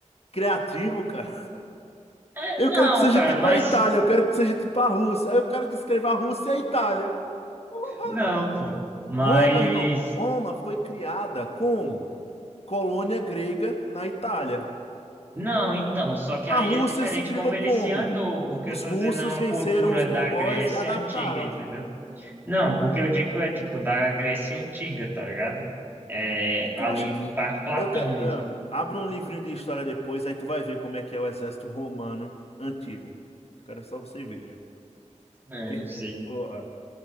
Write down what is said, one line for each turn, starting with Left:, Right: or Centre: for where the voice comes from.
Left: criativo,
Right: Hum,
Left: cara.
Right: É,
Left: Eu
Right: não,
Left: quero que seja
Right: cara,
Left: tipo
Right: mas.
Left: a Itália, eu quero que seja tipo a Rússia. Aí eu quero descrever a Rússia e a Itália. Porra!
Right: Não, pô. Mas.
Left: Roma, irmão. Roma foi criada como colônia grega na Itália.
Right: Não, então, só que
Left: A
Right: aí
Left: Rússia
Right: é diferente
Left: se criou
Right: como ele
Left: como?
Right: se andou. O que
Left: Os
Right: eu tô
Left: russos
Right: dizendo é uma
Left: venceram
Right: cultura
Left: os mongóis
Right: da Grécia
Left: e adaptaram.
Right: antiga, entendeu? Não, o que eu digo é tipo da Grécia Antiga, tá ligado? É,
Left: Então
Right: ali
Left: acho que
Right: parte Platão
Left: eu quero,
Right: mesmo.
Left: ah, abra um livrinho de história depois, aí tu vai ver como é que é o exército romano antigo. Cara, só você veja,
Right: É,
Left: porque
Right: eu
Left: <laughs>
Right: sei.
Left: porra,